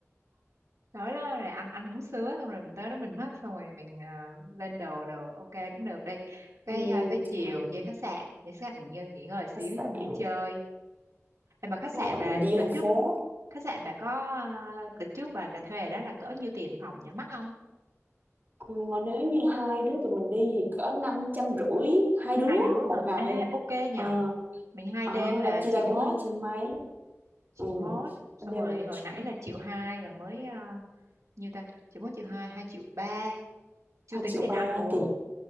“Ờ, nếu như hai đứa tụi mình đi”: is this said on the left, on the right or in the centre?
Right